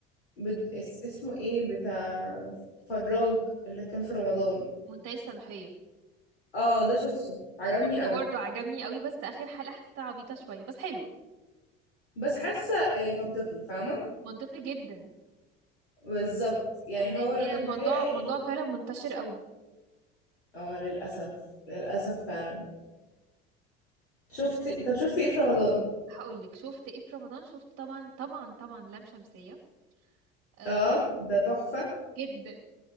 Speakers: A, on the left; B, on the right.
A: بد... اس... اسمه ايه بتاع فراج اللي كان في رمضان
B: منتهي الصلاحية
A: اه ده شفته عجبني
B: شفته
A: قوي
B: برضو عجبني قوي بس اخر حلقة حسيتها عبيطة شوية بس حلوة
A: بس حاسه آه، منطقي فاهمه
B: منطقي جدا
A: بالظبط يعني
B: لان
A: هو لو
B: هي
A: كانت
B: موضوع
A: نهايه اي
B: موضوع
A: غير-
B: فعلا منتشر قوي
A: اه للاسف للاسف فعلا شفتي
B: استني
A: طب شفتي ايه في رمضان
B: هقول لك شفت ايه في رمضان شفت طبعا طبعا طبعا لام شمسية آه
A: اه ده تحفه
B: جدا